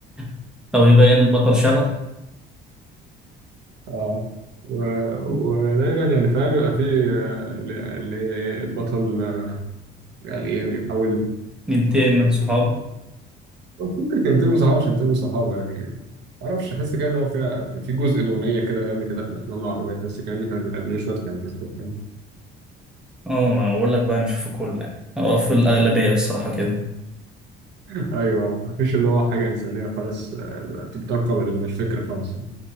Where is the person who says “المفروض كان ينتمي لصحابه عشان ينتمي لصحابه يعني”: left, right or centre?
Right